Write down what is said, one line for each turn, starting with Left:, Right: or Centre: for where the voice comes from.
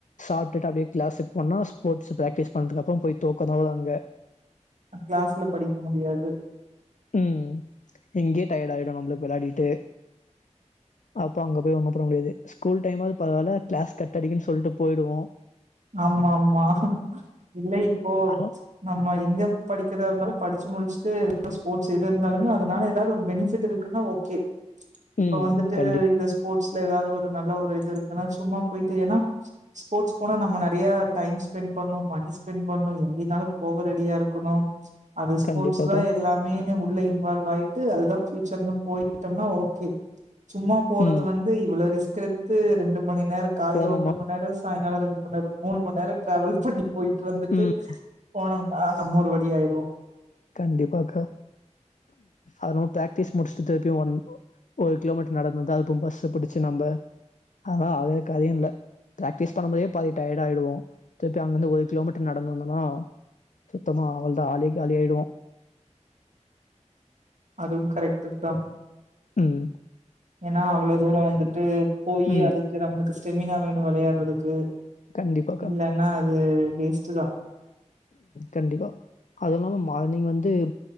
Left: சாப்டுட்டு அப்டியே கிளாஸுக்கு போனனா ஸ்போர்ட்ஸ் பிராக்டிஸ் பண்றதுக்கு அப்றோ போய் தூக்கதா வரும் அங்க
Right: கிளாஸ்ல படிக்க முடியாது
Left: உம் இங்கயே டயர்ட் ஆயிடும் நம்புளுக்கு விளையாடிட்டு அப்போ அங்க போய் ஒண்ணும் பண்ண முடியாது ஸ்கூல் டைம்மாவது பரவால்ல கிளாஸ் கட்டடிக்கனுன் சொல்ட்டு போய்டுவோம்
Right: ஆமா ஆமா இல்லை இப்போ
Left: ஹலோ
Right: நம்ப இங்க படிக்கிறதுனால படிச்சு முடிச்சுட்டு ஸ்போர்ட்ஸ் <inaudible> எது இருந்தாலுமே அதுனால ஏதாவது ஒரு பெனிஃபிட் இருக்குனா ஓகே இப்ப
Left: ம்
Right: வந்துட்டு
Left: கண்டிப்பா
Right: இது ஸ்போர்ட்ஸ்ல எதாவது ஒரு நல்ல ஒரு இது இருக்குனா சும்மா போயிட்டு ஏனா ஸ்போர்ட்ஸ் போனா நம்ம நெறையா டைம் ஸ்பெண்ட் பண்ணும் மணி ஸ்பெண்ட் பண்ணும் எங்கே இருந்தாலும் போக ரெடியா இருக்கணும் அது ஸ்போர்ட்ஸ்
Left: கண்டிப்பாக்கா
Right: தா எல்லாமேனு உள்ள இன்வால்வ் வாயிட்டு அது தான் ஃபியூச்சர்னு போயிட்டோம்னா ஓகே சும்மா போறது
Left: ம்
Right: வந்து இவ்ளோ ரிஸ்க் எடுத்து ரெண்டு மணி நேரோ காலேல
Left: போனோமா
Right: ஒன்ற மணி நேரோ சாங்காலம் ரெண்டு நேரம் மூணு மணி நேரோ டிராவல் பண்ணி போயிட்டு வந்துட்டு
Left: ம்
Right: போன னா நம்ம ஒரு வழி ஆயிருவோ
Left: கண்டிப்பாக்கா அது இல்லாம பிராக் டிஸ் முடிச்சுட்டு திருப்பியும் ஒன் ஒரு கிலோமீட்டர் நடந்து தா அப்றோ பஸ்ஸ புடிச்சு நம்ப அதா அது காரியம் இல்ல பிராக்டிஸ் பண்ணும் போதே பாதி டயர்ட் ஆயிடுவோ திருப்பி அங்கிருந்து ஒரு கிலோமீட்டர் நடந்து வந்தன்னா சுத்தமா அவ்ளோ தா ஆலே காலி ஆயிடுவோ
Right: அதுவும் கரெக்ட்டு தா
Left: உம்
Right: ஏனா அவ்ளோ தூரோ வந்துட்டு போயி
Left: ம்
Right: அதுக்கு நம்புளுக்கு ஸ்டெமினா வேணு விளையாடுறதுக்கு
Left: கண்டிப்பாக்கா
Right: இல்லனா அது வேஸ்ட்டு தான்
Left: கண்டிப்பா அதுவும் இல்லாம மார்னிங் வந்து